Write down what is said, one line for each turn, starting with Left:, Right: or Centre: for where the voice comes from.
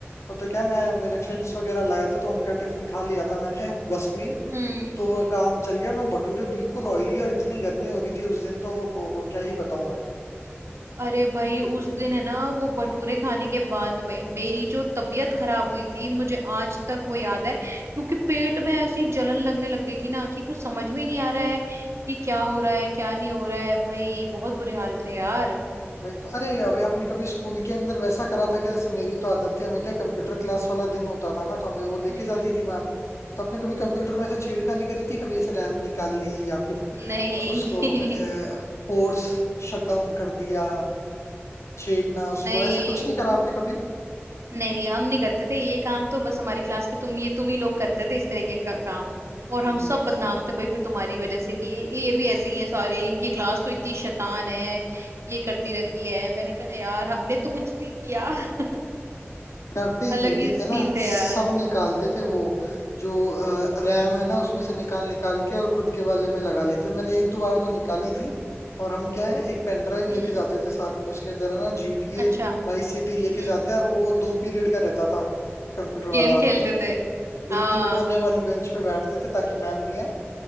Left: वो तो क्या मैं मेरे फ्रेंड्स वगैरह लाए थे तो उनका टिफिन खा लिया था मैंने <laughs> बस में ही।
Right: हम्म
Left: तो काम चल गया ना भटूरे बिल्कुल ऑयली और इतनी गर्मी हो रही थी उस दिन तो हो हो क्या ही बताऊं मैं
Right: अरे भाई उस दिन है ना वो भटूरे खाने के बाद में मेरी जो तबीयत खराब हुई थी मुझे आज तक वो याद है क्योंकि पेट में ऐसी जलन लगने लग गई थी ना कि कुछ समझ में ही नहीं आ रहा है कि क्या हो रहा है क्या नहीं हो रहा है भाई बहुत बुरे हाल थे यार
Left: वही तो अरे अभी आपने कभी स्कूल के अंदर वैसा करा था कि जैसे मेरी तो आदत थी हमें क्या कंप्यूटर क्लास वाला दिन होता था ना तो हमें वो लेके
Right: हम्म
Left: जाती
Right: हम्म
Left: थी
Right: हम्म
Left: मैम तो आपने कभी कंप्यूटर में ऐसे छेड़खानी करी थी कभी ऐसे रैम निकाल ली या फिर
Right: नहीं
Left: उसको फोर्स शट डाउन कर दिया छेड़ना उसको
Right: <laughs> नहीं
Left: ऐसा कुछ नहीं करा आपने कभी
Right: नहीं नहीं हम नहीं करते थे ये काम तो बस हमारे क्लास के तुम ये तुम ही लोग करते थे इस तरह के का, काम और
Left: हम्म
Right: हम सब बदनाम थे भाई फिर तुम्हारी वजह से कि ये ये भी ऐसे ही हैं सारे इनकी क्लास तो इतनी शैतान है ये करती रहती है मैंने कहा यार हमने तो कुछ नहीं किया <laughs>
Left: डरते ही
Right: अलग
Left: थे ठीक
Right: ही
Left: है
Right: सीन
Left: ना
Right: थे
Left: सब
Right: यार
Left: निकालते थे वो जो रैम है ना उसमें से निकाल निकाल के और खुद के वाले में लगा लेते थे। मैंने एक दो बार तो निकाली थी और हम क्या है एक पेन ड्राइव
Right: हम्म
Left: लेके जाते थे साथ में उसके अंदर है ना G T
Right: अच्छा
Left: A vice सी
Right: हम्म
Left: टी लेके जाते हैं, और वो दो पीरियड का रहता था कंप्यूटर वाला
Right: गेम खेलते थे
Left: बिल्कुल
Right: हाँ
Left: कोने वाली बेंच पे बैठते थे ताकि मैम नहीं आए